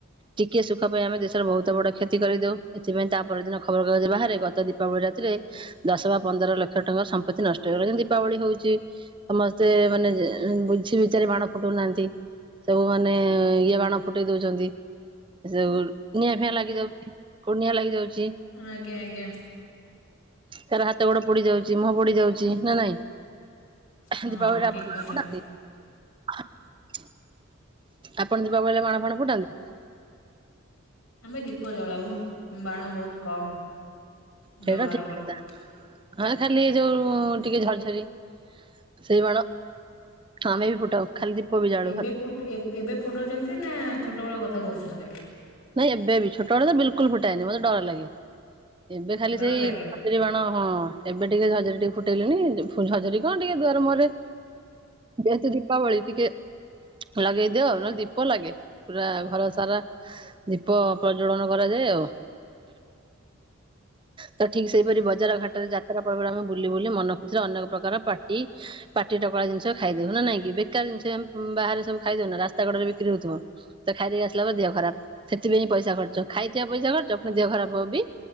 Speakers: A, on the right; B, on the left.
A: ଟିକିଏ ସୁଖ ପାଇଁ ଆମେ ଦେଶର ବହୁତ ବଡ କ୍ଷତି କରିଦଉ, ଏଥିପାଇଁ ତା ପରଦିନ ଖବରକାଗଜ ବାହାରେ ଗତ ଦୀପାବଳି ରାତିରେ ଦଶ ବା ପନ୍ଦର ଲକ୍ଷ ଟଙ୍କାର ସମ୍ପତ୍ତି ନଷ୍ଟ ହେଇଗଲା ଯେମତି ଦୀପାବଳି ହଉଛି ସମସ୍ତେ ମାନେ ଯେ ଏଁ ବୁଝି ବିଚାରି ବାଣ ଫୁଟଉ ନାହାଁନ୍ତି। ସବୁ ମାନେଏ ଇଏ ବାଣ ଫୁଟେଇ ଦଉଛନ୍ତି ସବୁ ନିଆଁଫିଆଁ ଲାଗିଯାଉଛି କୋଉଠି ନିଆଁ ଲାଗିଯାଉଛି।
B: ଆଜ୍ଞା ଆଜ୍ଞା।
A: କାହାର ହାତ ଗୋଡ ପୋଡି ଯାଉଛି ମୁହଁ ପୋଡି ଯାଉଛି ନା ନାଇଁ? ଦୀପାବଳିରେ
B: ହଁ ହଁ ଠିକ
A: ଆପଣ
B: କଥା
A: ବାଣ ଫୁଟାନ୍ତି? ଆପଣ ଦୀପାବଳିରେ ବାଣଫାଣ ଫୁଟାନ୍ତି?
B: ଆମେ ଦୀପ ଜଳାଉ। ବାଣ ବହୁତ କମ୍,
A: ସେଇଟା
B: ବ୍ୟବହାର
A: ଠିକ
B: କରୁ।
A: କଥା ହଁ ଖାଲି ଯୋଉଉଉ ଟିକେ ଝରଝରି। ସେଇ ବାଣ, ଆମେ ବି ଫୁଟାଉ। ଖାଲି ଦୀପ ବି ଜାଳୁ
B: ଏବେ
A: ଘରେ
B: ଫୁଟ୍ ଏବେ ଫୁଟଉଚନ୍ତି ନା ଛୋଟବେଳ କଥା କହୁଛନ୍ତି?
A: ନାଇଁ ଏବେ ବି। ଛୋଟବେଳେ ତ ବିଲକୁଲ୍ ଫୁଟାଏନି ମତେ ଡର ଲାଗେ। ଏବେ ଖାଲି
B: ଡର
A: ସେଇ
B: ଲାଗେ
A: <inaudible> ବାଣ ହଁ ଏବେ ଟିକେ ଝରଝରୀ ଟିକେ ଫୁଟେଇଲିଣି ଫୁଲ୍ ଝରଝରୀ କଣ ଟିକେ ଦୁଆର ମୁହଁରେ ଯେହେତୁ ଦୀପାବଳି ଟିକେ ଲଗେଇ ଦେଉ ନହେଲେ ଦୀପ ଲାଗେ, ପୁରା ଘର ସାରା। ଦୀପ ପ୍ରଜ୍ଜ୍ଵଳନ କରାଯାଏ ଆଉ, ତ ଠିକ ସେଇପରି ବ ବଜାର ଘାଟରେ ଯାତ୍ରା ପର୍ବରେ ଆମେ ବୁଲି ବୁଲି ମନ ଏଥିରେ ଅନେକ ପ୍ରକାର ପାଟି ପାଟି ଟାକୁଆଳ ଜିନିଷ ଖାଇଦଉ ନା ନାଇଁକି ବେକାର ଜିନିଷ ଏ ଆମ ଉଁ ବାହାରେ ସବୁ ଖାଇଦଉନା ରାସ୍ତା କଡରେ ବିକ୍ରି ହଉଥିବ। ତ ଖାଇ ଦେଇକି ଆସିଲା ପରେ ଦେହ ଖରାପ ସେଥିପାଇଁ ପଇସା ଖର୍ଚ୍ଚ ଖାଇଥିବା ପଇସା ଖର୍ଚ୍ଚ ପୁଣି ଦେହ ଖରାପ ହବ ବି